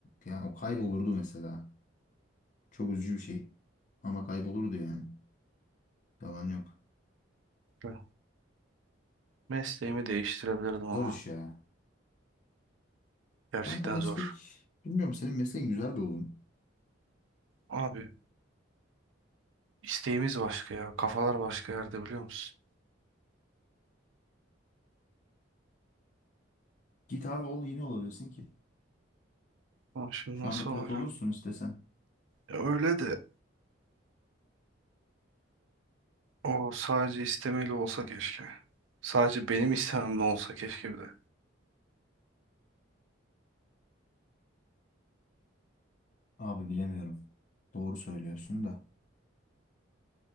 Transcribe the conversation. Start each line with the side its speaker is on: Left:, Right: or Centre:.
Left: Yani o kaybolurdu mesela. Çok üzücü bir şey. Ama kaybolurdu yani. Yalan yok.
Right: Ben Mesleğimi değiştirebilirdim ama.
Left: Zor iş ya.
Right: Gerçekten
Left: Kanka meslek.
Right: zor.
Left: Bilmiyorum senin mesleğin güzel bir oğlum.
Right: Abi isteğimiz başka ya. Kafalar başka yerde biliyor musun?
Left: Git abi ol yeni olabilirsin ki.
Right: Ama şimdi
Left: Şu
Right: nasıl
Left: anda pilot
Right: olacağım?
Left: olursun istesen.
Right: Ya Öyle de O sadece istemeli olsa keşke. Sadece benim istememle olsa keşke bir de.
Left: Abi bilemiyorum. Doğru söylüyorsun da.